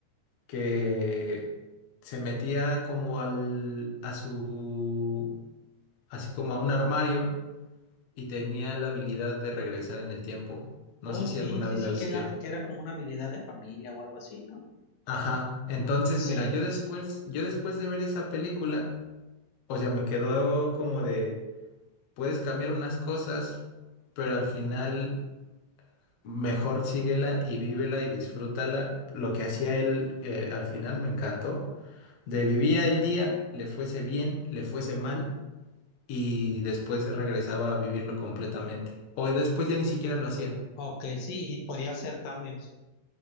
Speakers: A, on the left; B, on the left.
A: que se metía como al, a su, así como a un armario y tenía la habilidad de regresar en el tiempo.
B: Oh,
A: No sé
B: sí,
A: si alguna
B: sí,
A: vez
B: sí,
A: la Ah, viste.
B: que era,
A: sí.
B: que era como una habilidad de familia o algo así, ¿no?
A: Ajá. Entonces,
B: Sí.
A: mira, yo después, yo después de ver esa película, o sea, me quedó como de, puedes cambiar unas cosas, pero al final mejor síguela y vívela y disfrútala. Lo que hacía él eh, al final me encantó. De vivía el día, le fuese bien, le fuese mal, y después regresaba a vivirlo completamente. O después ya ni siquiera lo hacía.
B: Ok, sí, y podía hacer cambios.